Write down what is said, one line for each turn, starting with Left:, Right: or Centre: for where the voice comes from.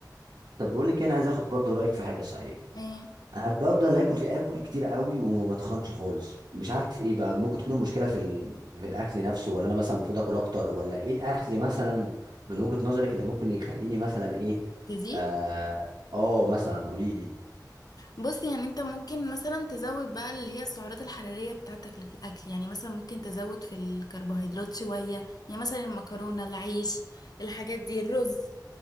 Right: طب بقول لك إيه، انا عايز اخد برضه رايك في حاجه صحيح
Left: ايه
Right: انا بفضل اكل اكل كتير قوي وما بتخنش خالص مش عارف ايه بقى ممكن تكون المشكله في ال... في الاكل نفسه ولا انا مثلا المفروض اكل اكتر ولا ايه الاكل مثلا من وجهه نظرك اللي ممكن يخليني مثلا ايه
Left: تزيد
Right: اه, آه مثلا قولي لي
Left: بص يعني انت ممكن مثلا تزود بقى اللي هي السعرات الحرارية بتاعتك اللي في الأكل يعني مثلا ممكن تزود في الكربوهيدرات شوية يعني مثلا المكرونة العيش الحاجات دي الرز